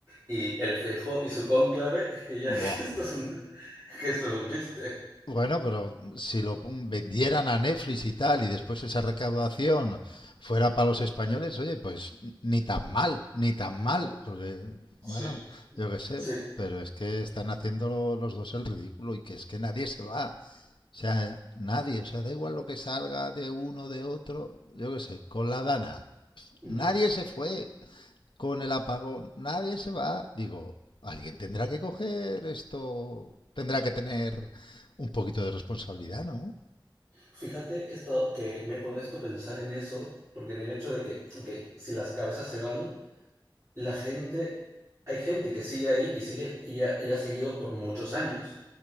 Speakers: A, on the right; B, on the left.
A: y el Feijó y su cónclave, es que ya
B: Buah.
A: <laughs> que esto es un, que esto es un chiste.
B: Bueno, pero si lo vendieran a Netflix y tal, y después esa recaudación fuera para los españoles, oye, pues ni tan mal, ni tan mal, porque, bueno,
A: Sí,
B: yo qué sé,
A: sí.
B: pero es que están haciendo lo- los dos el ridículo y que es que nadie se va, o sea, nadie, o sea, da igual lo que salga de uno, de otro, yo qué sé, con la Dana,
A: ujú.
B: nadie se fue, con el apagón, nadie se va. Digo, alguien tendrá que coger esto, tendrá que tener un poquito de responsabilidad, ¿no?
A: Fíjate que, esto, que me he puesto a pensar en eso, porque en el hecho de que, ok, si las cabezas se van, la gente, hay gente que sigue ahí y sigue y ha y ha seguido por muchos años.